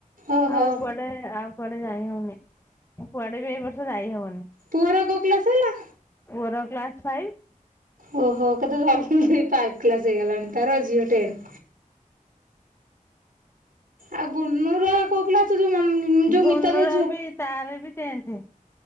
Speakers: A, on the right; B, on the left.
A: ଓହୋ
B: ଆଉ କୁଆଡେ ଆଉ କୁଆଡେ ଯାଇ ହଉନି ଆ କୁଆଡେ ବି ଏଇ ବର୍ଷ ଯାଇ ହଉନି।
A: ପୁଅର କୋଉ କ୍ଲାସ ହେଲା?
B: ପୁଅର କ୍ଲାସ ଫାଇଭ।
A: ଓହୋ କେତେ ଜଲଦି ଜଲଦି ଫାଇପ କ୍ଲାସ ହେଇଗଲାଣି ତାରଓ ଟେନ୍। ଆଉ ଗୁନୁର କୋଉ କ୍ଲାସ ଯୋଉ ଯୋଉ
B: ଗୁନୁର
A: ମିତା ଦେଇ
B: ବି ତାର ବି ଟେନଥ।